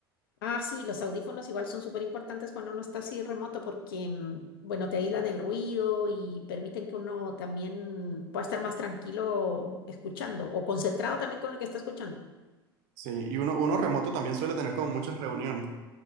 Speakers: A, on the left; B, on the right.
A: Ah, sí, los audífonos igual son súper importantes cuando uno está así remoto porque, mm, bueno, te aíslan el ruido y permiten que uno también pueda estar más tranquilo escuchando o concentrado también con lo que está escuchando.
B: Sí, y uno, uno remoto también suele tener como muchas reuniones.